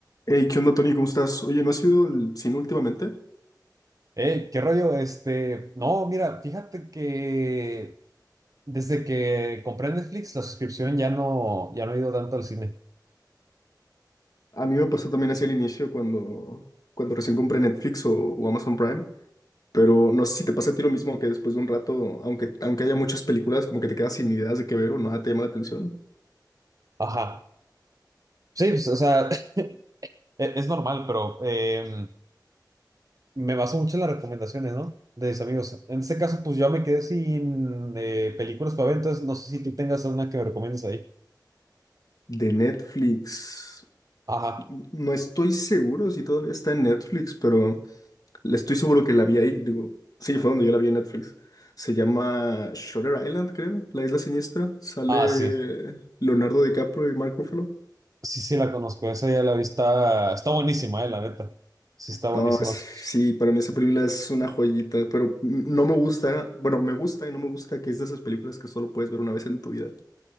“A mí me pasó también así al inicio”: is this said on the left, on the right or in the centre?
Left